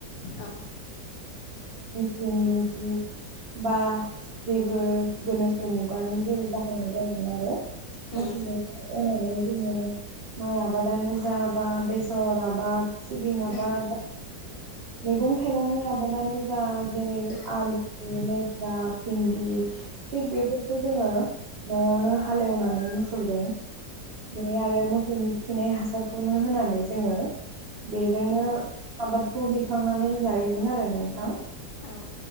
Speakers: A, on the left; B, on the right.
A: औ
B: जोंनि जुग बा जेबो गोनोखो मुगानि जेबो बाहायनाय जायामोन आरो
A: उम
B: <unintelligible> माइ आबादानो जा बा बेसर आबाद सिबिं आबाद
A: उम
B: मैगं थाइगंनि आबादानो जा जेरै
A: उम
B: आलु लेस्रा भिन्दि थिक बेफोरखौ जोङो न'आवनो हालेवनानै मोसौजों बेनि आरो मोसौनि खिनाय हासारखौनो होनानै जोङो बेजोंनो
A: उम
B: आबादखौ दैखांनानै जायोमोन आरो नोंथां
A: औ